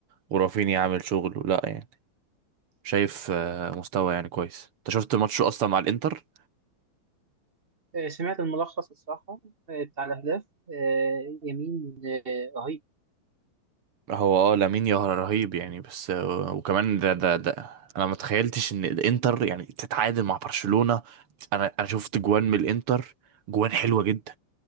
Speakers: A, on the right; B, on the right.
A: ورافينيا عامل شغل ولا يعني شايف آه، مستوى يعني كويس انت شفت ماتشه اصلا مع الانتر
B: آه، سمعت الملخص الصراحه آه، بتاع الاهداف آه، يمين آه، رهيب
A: هو اه لامين يا رهيب يعني بس آه، وكمان ده ده ده انا ما تخيلتش ان الانتر يعني تتعادل مع برشلونة انا انا شفت جوان من الانتر جوان حلوة جدا